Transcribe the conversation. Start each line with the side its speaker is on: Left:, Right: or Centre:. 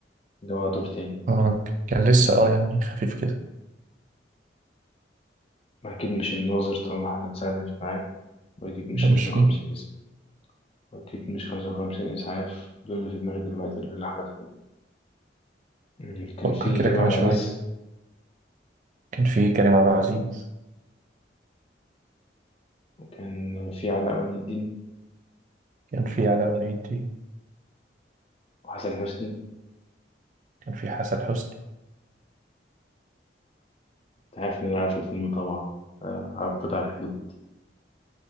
Left: اللي هو دور تاني
Right: اه كان لسه اه يعني خفيف كده
Left: أكيد مش الناظر طالما محمد سعد مش معاه وأكيد مش
Right: لا
Left: خمسة
Right: مش فيه
Left: وخمسين إسعاف وأكيد مش خمسة وخمسين إسعاف دول اللي في دماغي دلوقتي اللي أحمد حلمي مم. كان
Right: فكر
Left: في
Right: كده
Left: كريم
Right: كمان
Left: عبد
Right: شويه
Left: العزيز
Right: كان في كريم عبد العزيز
Left: وكان في علاء ولي الدين
Right: كان في علاء ولي الدين
Left: وحسن حسني
Right: كان في حسن حسني
Left: أنت عارف إن أنا عارف الفيلم طبعا آه، عبود على الحدود